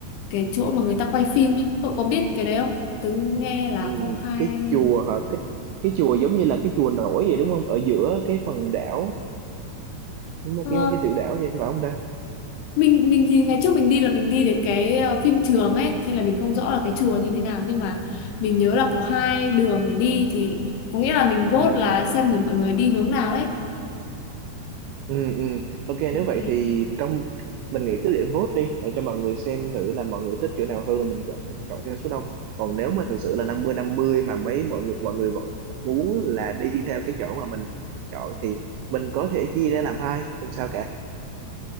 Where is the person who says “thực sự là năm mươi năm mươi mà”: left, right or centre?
Right